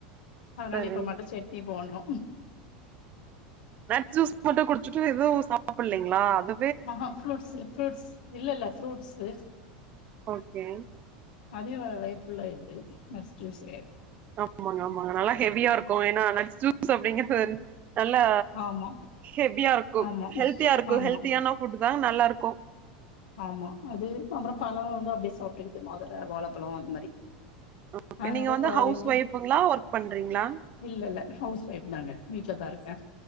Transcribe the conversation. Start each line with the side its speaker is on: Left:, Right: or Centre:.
Left: அதனால
Right: சரி
Left: இப்ப மட்டு சட்னி போட்னு
Right: நட் ஜூஸ் மட்டு குடிச்சுட்டு எதுவு சாப்பிட்ல இல்லைங்களா அது
Left: ஆஹ்ஹ ஃப்ரூடஸ் ஃரூட்ஸ் இல்ல இல்ல ஃப்ரூட்ஸ்ஸு
Right: ஓகே
Left: அதே வா வயிறு ஃபுல் ஆயிருது நட்ஸ் ஜூஸ்ஸே
Right: ஆமாங்க ஆமாங்க நல்லா ஹெவியா இருக்கு ஏன்னா நெக்் ஜூஸ் அப்டிங்குறது வந் நல்லா
Left: ஆமா,
Right: ஹெவியா இருக்கும்
Left: ஆமா,
Right: ஹெல்த்தியா இருக்கு
Left: ஆமா,
Right: ஹெல்த்தியான ஃபுட் தா நல்லா இருக் கு
Left: ஆமா அது அப்புறோ பழொ வந்து அப்டியே சாப்ட்டுக்கிட்டு மாதுல வாழைப்பழொ அந்த மாரி
Right: <unintelligible>
Left: அதனால
Right: வந்து
Left: காலேஜ்
Right: ஹவுஸ்
Left: இப்
Right: ஒய்ஃபுங்களா ஒர்க் பண்றீங்களா
Left: இல்ல இல்ல ஹவுஸ் ஒய்ஃப் நானு வீ ட்ல தா இருப்பே